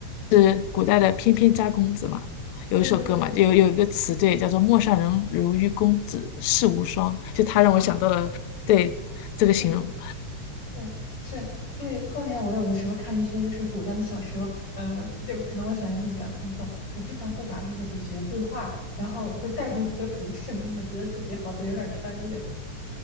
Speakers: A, on the left; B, on the left.
A: 是古代的翩翩家公子嘛，有一首歌嘛，
B: 对对对，
A: 有有一个词对，叫做“陌上人如玉公子世无双”，就他让我想到了对这个形容。
B: 啊，对。是是，所以后面我有的时候看一些就是古代的小说，呃，就是可能我想象力比较丰富，我经常会把那个主角对话，然后会带入河图的声音，我觉得自己好像有点穿越。